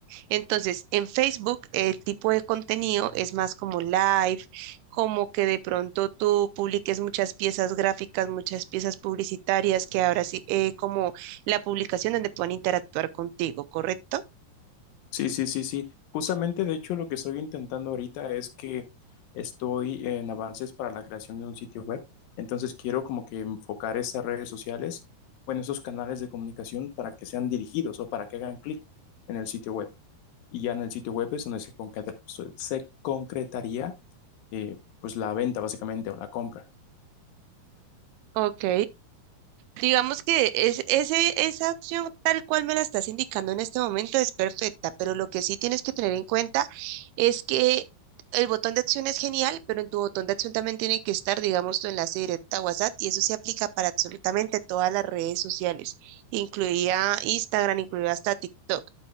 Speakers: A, on the right; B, on the left.
A: Entonces, en Facebook el tipo de contenido es más como live, como que de pronto tú publiques muchas piezas gráficas, muchas piezas publicitarias, que ahora sí, eh, como la publicación donde puedan interactuar contigo, ¿correcto?
B: Sí, sí, sí, sí. Justamente, de hecho, lo que estoy intentando ahorita es que estoy en avances para la creación de un sitio web. Entonces, quiero como que enfocar estas redes sociales, bueno, esos canales de comunicación para que sean dirigidos o para que hagan clic en el sitio web. Y ya en el sitio web es donde se concreta- so- se concretaría, eh, pues, la venta básicamente o la compra.
A: Ok. Digamos que es, ese, esa opción tal cual me la estás indicando en este momento es perfecta, pero lo que sí tienes que tener en cuenta es que el botón de acción es genial, pero en tu botón de acción también tiene que estar, digamos, tu enlace directo a WhatsApp y eso se aplica para absolutamente todas las redes sociales, incluida Instagram, incluida hasta TikTok.